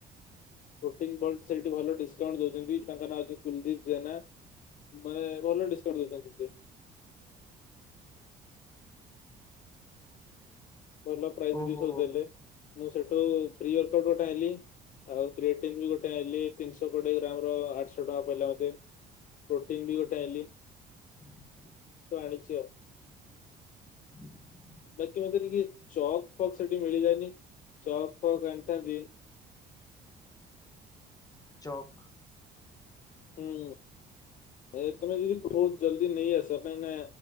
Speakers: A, on the left; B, on the left.
A: ପ୍ରୋଟିନି ଭଲଟ ସେଇଠି ଭଲ ଡିସକାଉଣ୍ଟ ଦଉଛନ୍ତି ତାଙ୍କ ନାଁ ହେଲା କୁଲଦୀପ ଜେନା। ମାନେ ଭଲଡିସ୍କାଉଣ୍ଟ ଦଉଛନ୍ତି ସେ। ଭଲ ପ୍ରାଇଜି
B: ଓହୋ
A: ବି ସବୁ ଦେଲେ ମୁଁ ସେଠୁ ପ୍ରି ଇୟର କଡ ଗୋଟେ ଆଇଲି। ଆଉ କ୍ରିୟାଟିଭ ବି ଗୋଟେ ଆଇଲି ତିନିଶ କୋଡିଏ ଗ୍ରାମ ର ଆଠଶହ ଟଙ୍କା ପାଇଲା ମତେ। ପ୍ରୋଟିନ ବି ଗୋଟେ ଆଇଲି।
B: <inaudible>
A: କଣ ଆଣିଚ?
B: <inaudible>
A: ବାକି ମତେ ଟିକେ ଚକ୍ ଫକ୍ ସେଠି ମିଳିଲାନି ଚକ୍ ଫକ୍ ଆଣିଥାନ୍ତି।
B: ଚକ୍
A: ହୁଁ ଏ ତମେ ଯଦି ବହୁତ ଜଲ୍ଦି ନେଇ ଆସିବା ପାଇଁ ନା